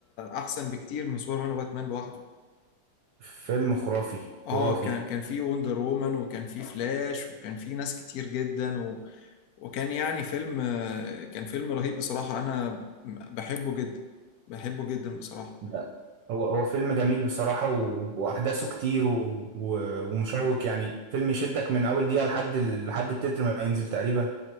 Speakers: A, on the left; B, on the right.
A: احسن بكتير من سوبرمان وباتمان لوحده
B: فيلم خرافي
A: اه
B: خرافي
A: كان كان في وندر وومن وكان في فلاش وكان في ناس كتير جدا و... وكان يعني فيلم آه، كان فيلم رهيب بصراحة انا بحبه جدا بحبه جدا بصراحة
B: لا هو هو فيلم جميل بصراحة و... وأحداثه كتير و... و... ومشوق يعني فيلم يشدك من أول دقيقة لحد ال... لحد التتر ما ينزل تقريبا